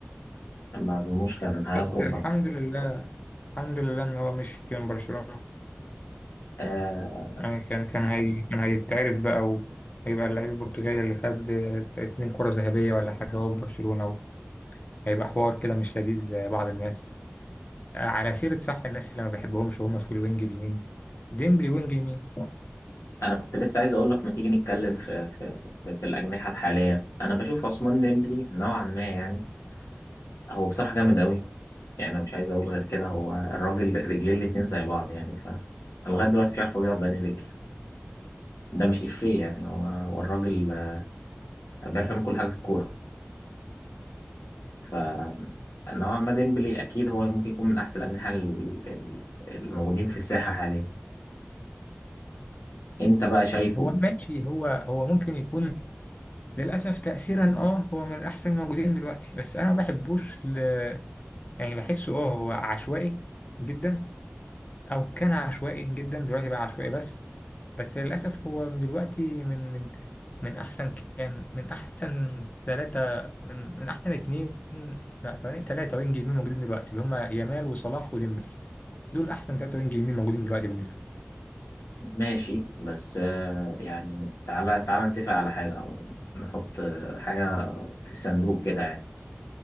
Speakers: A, on the left; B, on the left.
A: ما أظنوش كان هيخرج
B: بس الحمد لله الحمد لله إن هو مشي من برشلونة
A: بقى
B: يعني كان كان هي كان هيتعرف بقى وهيبقى اللعيب البرتغالي اللي خد آه، اتنين كرة ذهبية ولا حاجة هو في برشلونة هيبقى حوار كده مش لذيذ لبعض الناس على سيرة صح الناس اللي ما بحبهمش وهم في الوينج اليمين ديمبلي وينج يمين
A: انا كنت لسه عايز اقول لك ما تيجي نتكلم في في في, في الاجنحه الحاليه انا بشوف عثمان ديمبلي نوعا ما يعني هو بصراحه جامد قوي يعني انا مش عايز اقول غير كده هو الراجل رجليه الاتنين زي بعض يعني ف لغايه دلوقتي مش عارف هو بيلعب بأنهي رجل ده مش افيه يعني هو هو الراجل آه، بيعرف يعمل كل حاجه في الكوره ف نوعا ما ديمبلي اكيد هو ممكن يكون من احسن الاجنحه ال- ال- الموجودين في الساحه حاليا انت بقى شايفه
B: هو ماشي هو هو ممكن يكون للأسف تأثيرا اه هو من الأحسن موجودين دلوقتي بس أنا ما بحبوش ل... يعني بحسه اه هو عشوائي جدا أو كان عشوائي جدا دلوقتي بقى عشوائي بس بس للأسف هو من دلوقتي من من من أحسن كام من أحسن ثلاثة من, من أحسن اتنين لا ثواني ثلاثة وينج يمين موجودين دلوقتي اللي هما يامال وصلاح وديمبلي دول احسن ثلاثة وينج يمين موجودين دلوقتي بالنسبة لي
A: ماشي بس آه، يعني تعالى تعالى نتفق على حاجة أو نحط آه، حاجة في الصندوق كده يعني